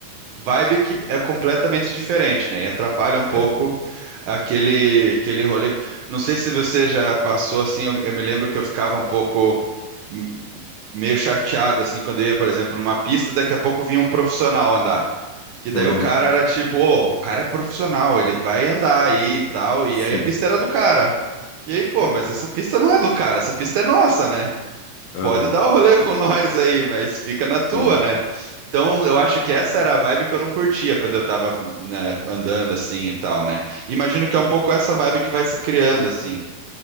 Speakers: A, on the right (about 75°); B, on the left (about 80°).
A: vibe que é completamente diferente, né? E atrapalha um pouco
B: É.
A: aquele aquele rolê. Não sei se você já passou assim, eu, eu me lembro que eu ficava um pouco hum, meio chateado assim quando eu ia, por exemplo, numa pista, daqui a pouco vinha um profissional andar. Que
B: Aham.
A: daí o cara era tipo, ô, o cara é profissional, ele vai andar aí e tal, e
B: Sim.
A: aí a pista era do cara. E aí, pô,
B: É.
A: mas essa pista não é do cara, essa pista é nossa, né?
B: Aham.
A: Pode dar o rolê com <laughs> nós aí, mas fica na tua,
B: Sim.
A: né? Então, eu acho que essa era a vibe que eu não curtia quando eu tava, né, andando assim e tal, né? Imagino que é um pouco essa vibe que vai se criando, assim.